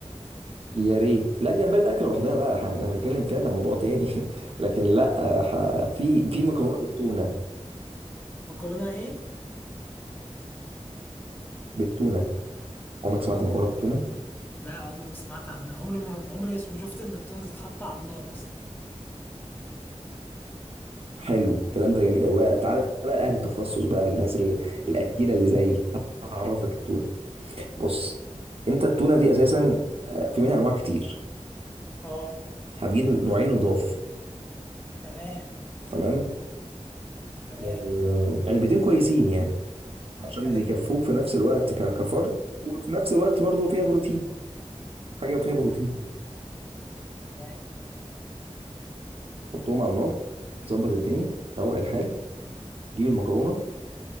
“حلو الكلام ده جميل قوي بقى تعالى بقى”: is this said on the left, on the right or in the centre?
Right